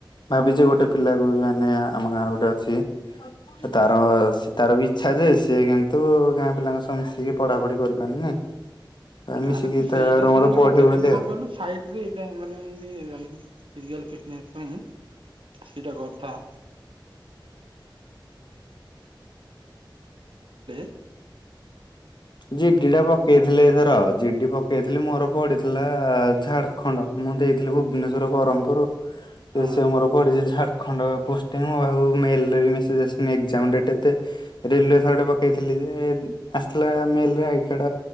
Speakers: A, on the left; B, on the right.
A: ଭାବିଚି ଗୋଟେ ପିଲାକୁ ମାନେ ଆମ ଗାଁ ର ଗୋଟେ ଅଛି
B: ହଁ
A: ତାର ସେ ତାର ବି ଆଛା ଯେ ସିଏ କିନ୍ତୁ ଗାଁ ପିଲାଙ୍କ ସହ ମିଶିକି ପଢାପଢି କରିପାରୁନି। ମିଶିକି
B: ଆରେ ତୁ ସେଇଟା
A: ତାର
B: ସେମିତି
A: ମୋର ପଢିବୁ
B: କରିଥା
A: ବୋଲି
B: କିନ୍ତୁ
A: ଆଉ।
B: କଣ କହିଲୁ ସାଇଟ୍ ରେ ଏଇଟା ମାନେ ଏମିତି ଫିଜିକାଲ ଫିଟ୍ ଉଁ ହୁଁ ସେଇଟା କରୁଥାଆ। <unintelligible>
A: ଜିଡି ଟା ପକେଇଥିଲେ ଏଥର। ଜିଡି ପକେଇଥିଲି ମୋର ପଡିଥିଲା ଝାଡଖଣ୍ଡ ମୁଁ ଦେଇଥିଲି ଭୁବନେଶ୍ୱର ବ୍ରହ୍ମପୁର
B: ହଁ
A: ଏ ସେ ମୋର ପଡିଚି ଝାଡଖଣ୍ଡ। ଖଣ୍ଡ ପୋଷ୍ଟି ନୁହେଁ ମୋ ପାଖକୁ ମେଲ୍ ରେ ବି ମେସେଜ ଆସିିନି ଏକ୍ଜାମ ଡେଟ୍ ଏତେ ରେଲୱେ ଥରଟେ ପକେଇଥିଲି। ଆସିଥିଲା ମେଲରେ ଆଇକାର୍ଡ